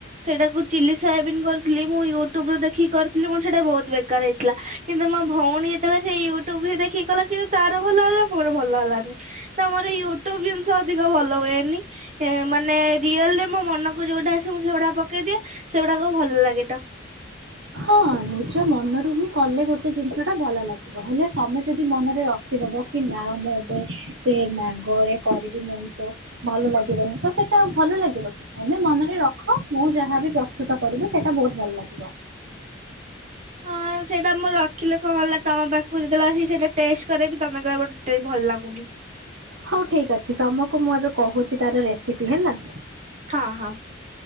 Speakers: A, on the right (about 35°); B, on the right (about 75°).
A: ସେଇଟାକୁ ଚିଲି ସୟାବିନ୍ କରିଥିଲି ମୁଁ ୟୁଟ୍ୟୁବ ରୁ ଦେଖିକି କର ଥିଲି ମୋର ସେଇଟା ବହୁତ ବେକାର ହେଇଥିଲା। କିନ୍ତୁ ମୋ ଭଉଣୀ ଯେତେବେଳେ ସେ ୟୁଟ୍ୟୁବ ହି ଦେଖିକି କଲା କିନ୍ତୁ ତାର ଭଲ ହେଲା, ମୋର ଭଲ ହେଲାନି। ତ ମୋର ୟୁଟ୍ୟୁବ ଜିନିଷ ଅଧିକ ଭଲ ହୁଏନି। ଏ ମାନେ ରିଅଲ୍ ରେ ମୋ ମନକୁ ଯୋଉଟା ଆସେ ମୁଁ ସେଉଡା ପକେଇ ଦିଏ, ସେଉଡାକ ଭଲ ଲାଗେ ତ।
B: ହଁ ନିଜ ମନରୁ ହିଁ କଲେ ଗୋଟେ ଜିନିଷ ଟା ଭଲ ଲାଗିବ। ହେଲେ ତୋମେ ଯଦି ମନରେ ରଖିଦବ କି ନା ମୁଁ ଏବେ ସେ ମ୍ୟାଗରେ କରିବି ମୁଇଁ ତ ଭଲ ଲାଗିବନି, ତ ସେଟା ଭଲ ଲାଗିବ। ତୋମେ ମନରେ ର ଖ ମୁଁ ଯାହାବି ପ୍ରସ୍ତୁତ କରିବି ସେଟା ବହୁତ ଭଲ ଲାଗିବ।
A: ହଁ ସେଇଟା ମୁଁ ରଖିଲେ କଣ ହେଲା ତୋମ ପାଖକୁ ଯେତେବେଳେ ଆସି ସେଟା ଟେଷ୍ଟ କରେଇବି। ତୋମେ କହିବ ତେ ବି ଭଲ ଲାଗୁନି।
B: ହଉ ଠିକ ଅଛି, ତୋମକୁ ମୁଁ ଏବେ କହୁଚି ତାର ରେସିପି ହେଲା।
A: ହଁ, ହଁ।